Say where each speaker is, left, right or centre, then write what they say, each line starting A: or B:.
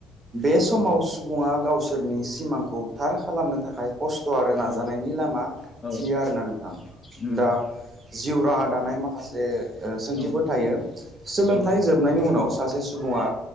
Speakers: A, on the right; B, on the left.
A: बे समाव सुबुङा गावसोरनि सिमांखौ थार खालामनो थाखाय खस्थ' आरो नाजानायनि
B: औ
A: लामा
B: औ
A: थियो आरो ना नोंथां
B: उम
A: दा जिउ राहा दानाय मा खासे ओ सोंथिफोर
B: औ
A: थायो। सोलोंथाइ
B: औ
A: जोबनायनि उनाव सासे सुबुङा